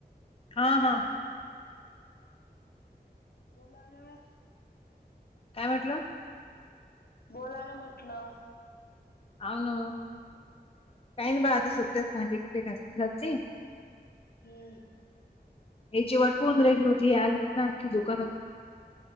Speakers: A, on the left (about 35°); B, on the left (about 70°).
A: हा हा.
B: बोलालोय.
A: काय म्हटला?
B: बोला ना म्हटलं.
A: हो ना काही ना बा आता सुटतेच भांडी किती घासतेती.
B: हम्म.
A: या जेवट फोन राहिली होती यालीत ना आणखी दुकानात